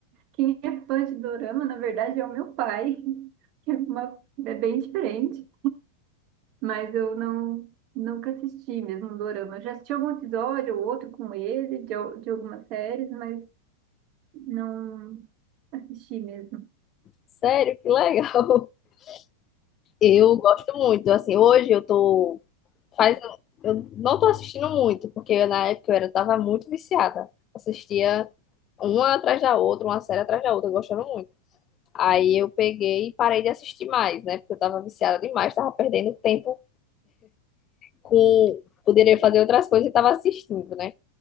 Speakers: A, on the right (about 45°); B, on the left (about 35°).
A: Quem é fã de Dorama, na verdade, é o meu pai, <laughs> que é, uma, é bem diferente. mas eu não nunca assisti mesmo um dorama. Eu já assisti algum episódio ou outro com ele, de, al- de algumas séries, mas não assisti mesmo. <laughs>
B: Sério, que legal. <laughs> Eu gosto muito. Assim, hoje eu tô faz eu não tô assistindo muito, porque na época eu era tava muito viciada. Assistia uma atrás da outra, uma série atrás da outra, gostando muito. Aí eu peguei e parei de assistir mais, né? Porque eu tava viciada demais, tava perdendo tempo com poderia fazer outras coisas e tava assistindo, né?